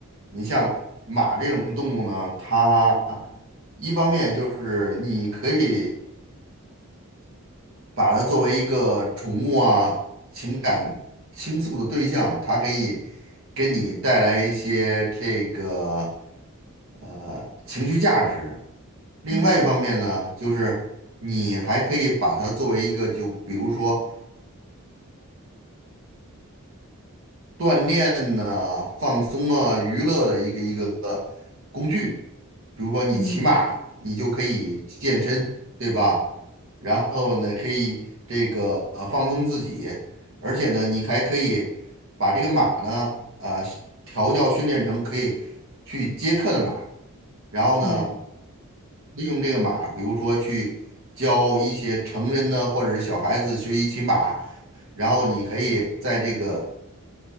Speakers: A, on the right; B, on the right.
A: 你像马这种动物呢，它一方面就是你可以把它作为一个宠物啊，情感倾诉的对象，它可以给你带来一些这个呃情绪价值。另外一方面呢，
B: 嗯
A: 就是你还可以把它作为一个，就比如说。锻炼呢，放松啊、娱乐的一个一个工具。比如说你骑马，
B: 嗯
A: 你就可以健身，对吧？然后呢，可以这个呃放松自己，而且呢，你还可以把这个马呢，呃，调教训练成可以去接客的马，然后呢，
B: 嗯
A: 利用这个马，比如说去教一些成人呢，或者是小孩子学习骑马，然后你可以在这个。